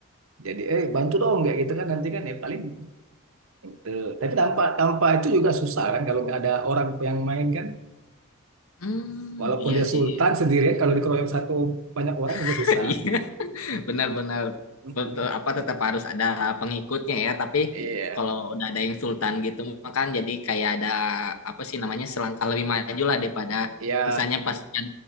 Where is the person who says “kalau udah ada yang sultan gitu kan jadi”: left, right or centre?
Left